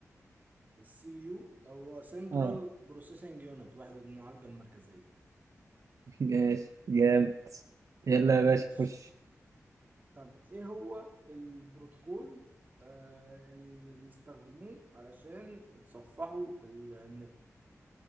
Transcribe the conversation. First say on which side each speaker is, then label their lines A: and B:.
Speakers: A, on the right; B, on the right.
A: السي بي يو هو سنترال
B: اه
A: بروسيسنج يونت وحدة المعالجة المركزية
B: ماشي جامد يلا
A: ماشي
B: يا باشا خش
A: طب ايه هو البروتوكول آه اللي بيستخدموه علشان يتصفحوا ال- النت